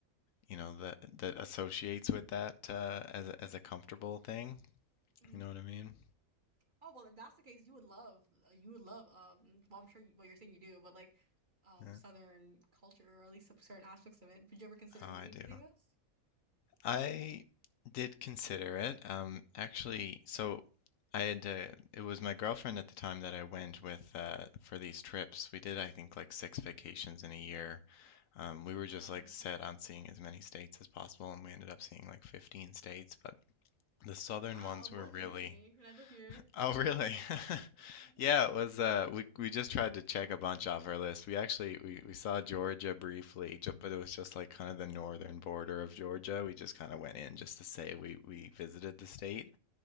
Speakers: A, on the left; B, on the right.
A: you know, that that associates with that uh as a, as a comfortable thing.
B: mhm.
A: You know what I mean?
B: Oh well, if that's the case, you would love uh, you would love um. Well, I'm sure you, well you're saying you do, but like um
A: Yeah.
B: Southern culture or at least some certain aspects of it. Would you ever consider
A: Oh, I
B: moving
A: do.
B: to the U.S.?
A: I did consider it. Um, actually, so I had to, it was my girlfriend at the time that I went with uh, for these trips. We did, I think, like six vacations in a year. Um,
B: Mm,
A: we were just
B: Oh wow.
A: like set on seeing as many states as possible, and we ended up seeing like 15 states. But the southern
B: Wow,
A: ones
B: more
A: were really
B: than me. And I live here.
A: Oh, really? <laughs>
B: Mhm.
A: Yeah, it was uh we we just tried to check a bunch off our list. We actually we we saw Georgia briefly, ju- but it was just like kind of the northern border of Georgia. We just kind of went in just to say we we visited the state.